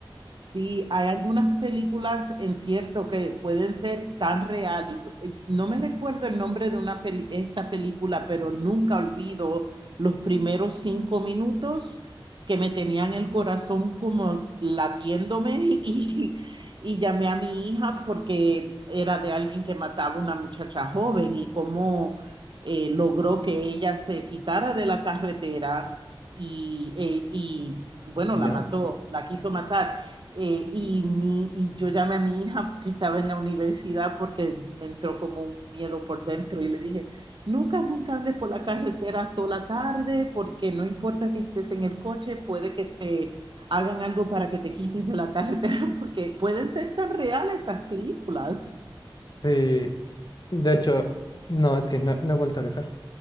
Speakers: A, on the right; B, on the left.
A: Sí, hay algunas películas en cierto que pueden ser tan real. eh, No me recuerdo el nombre de una peli- esta película, pero nunca olvido los primeros cinco minutos que me tenían el corazón como latiéndome <laughs> y, y llamé a mi hija porque era de alguien que mataba a una muchacha joven y cómo eh, logró que ella se quitara de la carretera y, eh, y bueno,
B: ¿Ya?
A: la mató, la quiso matar. Eh, y, mi, y yo llamé a mi hija que estaba en la universidad porque me entró como un miedo por dentro y le dije, nunca, nunca andes por la carretera sola tarde porque no importa que estés en el coche, puede que te hagan algo para que te quites de la carretera <laughs> porque pueden ser tan reales estas películas.
B: Sí. De hecho, no, es que no, no he vuelto a viajar.